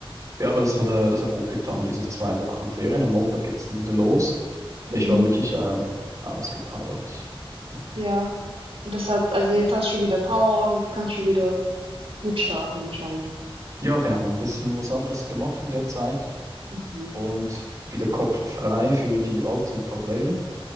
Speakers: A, on the right (about 35°); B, on the right (about 70°).
A: Ja, aber das hat, äh, das hat gut getan, diese zwei Wochen Ferien. Am Montag geht's dann wieder los.
B: Mhm.
A: Ich war da wirklich ähm, ausgepowert. Ja,
B: Ja. Und das hat also jetzt hast du wieder Power, jetzt kannst du wieder gut starten wahrscheinlich.
A: Ja, genau, ein bisschen was anderes gemacht in der Zeit
B: Mhm.
A: und wieder Kopf frei für die alten Probleme.